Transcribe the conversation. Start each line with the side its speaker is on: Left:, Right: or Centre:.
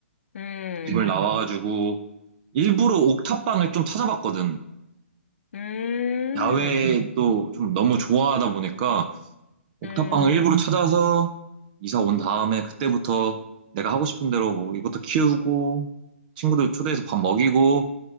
Left: 음,
Right: 이번에 나와가지고 일부러 옥탑방을 좀 찾아봤거든.
Left: 음,
Right: 야외 음. 또좀 너무 좋아하다 보니까 옥탑방을
Left: 음.
Right: 일부러 찾아서 이사 온 다음에 그때부터 내가 하고 싶은 대로 뭐 이것도 키우고 친구들 초대해서 밥 먹이고